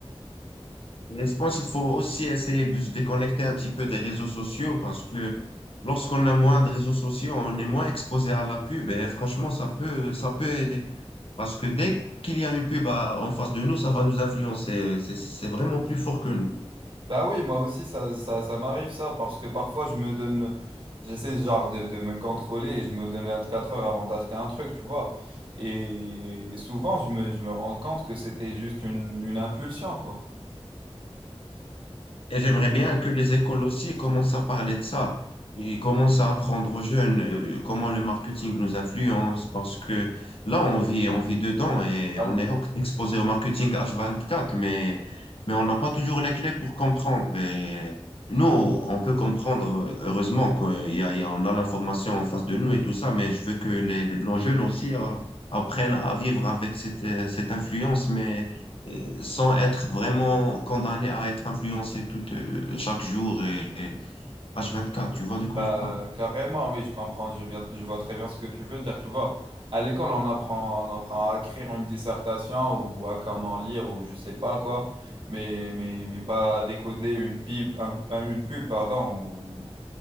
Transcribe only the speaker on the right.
Bah oui, moi aussi, ça, ça, ça m'arrive ça, parce que parfois, je me donne, j'essaie genre de, de me contrôler et je me donne 24 heures avant d'acheter un truc, tu vois. Et souvent, je me, je me rends compte que c'était juste une, une impulsion, quoi.
Totalement.
Euh,
carrément, oui, je comprends, je viens- je vois très bien ce que tu veux dire, tu vois. À l'école, on apprend, on apprend à écrire une dissertation ou à comment lire ou je sais pas quoi, mais, mais, mais pas à décoder une pub, un- une pub, pardon,